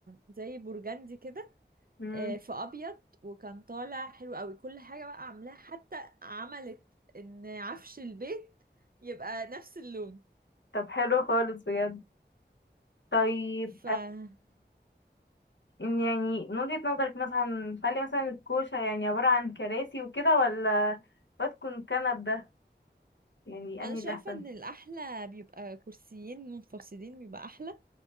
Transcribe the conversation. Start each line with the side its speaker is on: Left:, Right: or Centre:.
Right: زي برجندي كده
Left: <laughs> مم.
Right: آه، في ابيض وكان طالع حلو قوي كل حاجه بقى عاملاها حتى عملت ان عفش البيت يبقى نفس اللون
Left: طب حلو خالص بجد طيب
Right: فانا
Left: إن يعني من وجهة نظرك مثلا خلي مثلا الكوشة يعني عبارة عن كراسي وكده ولا بتكون كنب ده يعني أنهي
Right: شايفه
Left: اللي أحسن
Right: ان الاحلى بيبقى كرسيين منفصلين بيبقى احلى